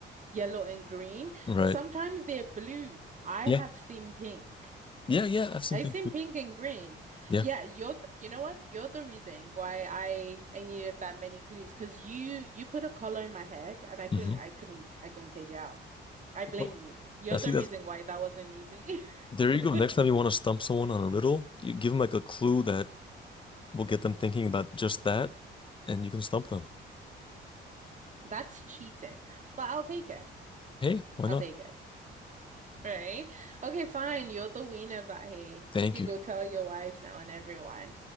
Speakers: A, on the right (about 40°); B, on the left (about 25°).
A: Yellow and green.
B: Right.
A: Sometimes they're blue. I
B: Yeah.
A: have seen pink.
B: Yeah, yeah, I've seen
A: I've
B: pink.
A: seen
B: too.
A: pink and green.
B: Yeah.
A: Yeah, you're the, you know what? You're the reason why I I needed that many clues because you you put a color in my head and I couldn't
B: hmm
A: I couldn't I couldn't take it out. I blame
B: Well,
A: you. You're
B: I think
A: the reason
B: that's
A: why that wasn't easy.
B: There you
A: <laughs>
B: go. Next time you want to stump someone on a riddle, you give them like a clue that will get them thinking about just that, and you can stump them.
A: That's cheating. But I'll take it.
B: Hey, why
A: I'll
B: not?
A: take it. Right? Okay, fine. You're the winner, but hey,
B: Thank
A: you could
B: you.
A: go tell your wife now and everyone.